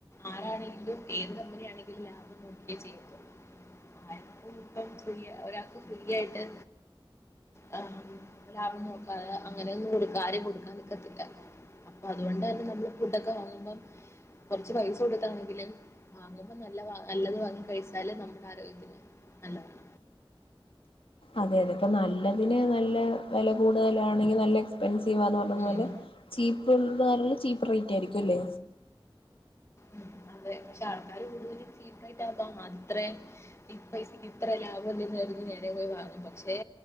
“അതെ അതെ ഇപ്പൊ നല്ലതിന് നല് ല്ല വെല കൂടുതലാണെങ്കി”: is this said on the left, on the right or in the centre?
Left